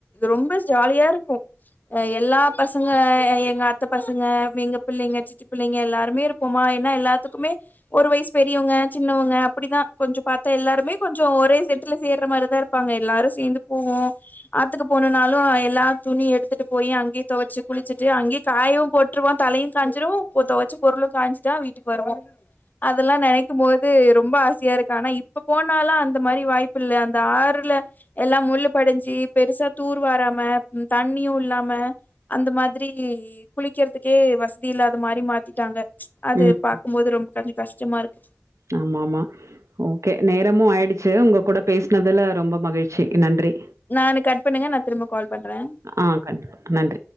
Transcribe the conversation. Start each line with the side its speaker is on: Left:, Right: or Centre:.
Left: ரொம்ப ஜாலியா இருக்கும் ஆ எல்லா பசங்க எங்க அத்த பசங்க எங்க பிள்ளைங்க சித்தி பிள்ளைங்க எல்லாருமே இருப்போமா ஏன்னா எல்லாத்துக்குமே ஒரு வயசு பெரியவங்க சின்னவங்க அப்படிதான் கொஞ்சம் பார்த்தா எல்லாருமே கொஞ்சம் ஒரே செட்டுல சேர்ற மாரிதான் இருக்க வப்பாங்க எல்லாரும் சேர்ந்து போவோம் ஆத்துக்கு போனனாலும் எல்லா துணி எடுத்துட்டு போய் அங்கேயே துவைச்சு குளிச்சுட்டு அங்கேயே காயும் போட்டுிருவோம் தலையும் காயஞ்சிருவ துவைச்சு பொருளும் காயஞ்சுதான் வீட்டுக்கு வருவோம் அதெல்லாம் நினைக்கும் போது ரொம்ப ஆசை இருக்கு ஆனா இப்ப போனாலும் அந்த மாதிரி வாய்ப்பு இல்லை அந்த ஆறு ல எல்லாம் முள்ு படைஞ்சு பெருசா தூர் வாராம தண்ணியும் இல்லாம அந்த மாதிரி குளிக்கிறதுக்கே வசதி இல்லாத மாதிரி மாத்திட்டாங்க அது
Right: ம்
Left: பாார்க்கும்போது ரொம்ப கொஞ்சம் கஷ் ம இருக்கு
Right: ஆமா ஆமா ஓகே நேரமும் ஆயிடுச்சு உங்க கூட பேசனதுல ரொம்ப மகிழ்ச்சி நன்றி
Left: நானு கட் பண்ணுங்க நான் திரும்ப கால் பண்றேன்
Right: ஆ கண்டிப்பா. நன்றி.